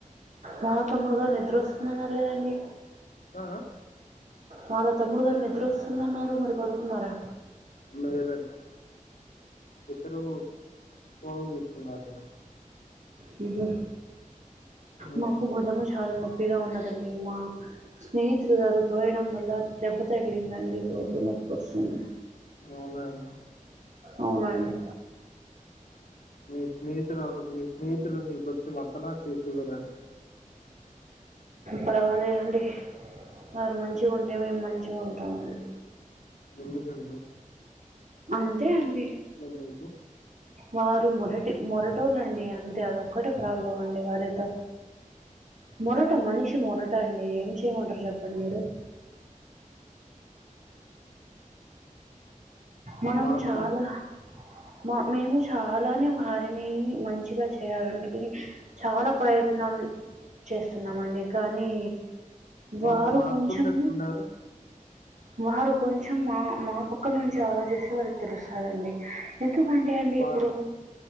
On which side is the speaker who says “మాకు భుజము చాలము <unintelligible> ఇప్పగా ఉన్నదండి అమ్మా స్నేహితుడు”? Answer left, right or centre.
Right